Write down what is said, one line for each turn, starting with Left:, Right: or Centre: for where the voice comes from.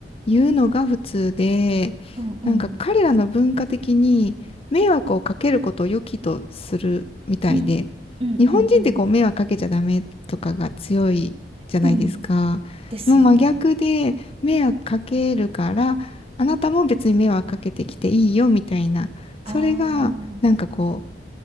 Left: 言うのが普通で、
Right: うんうん。
Left: なんか彼らの文化的に迷惑をかけることを良きとするみたいで、
Right: うん。うんうんうん。
Left: 日本人ってこう迷惑かけちゃダメとかが強いじゃないですか。
Right: うん。ですよね。
Left: の真逆で迷惑かけるからあなたも別に迷惑かけてきていいよみたいな、
Right: ああ。
Left: それがなんかこ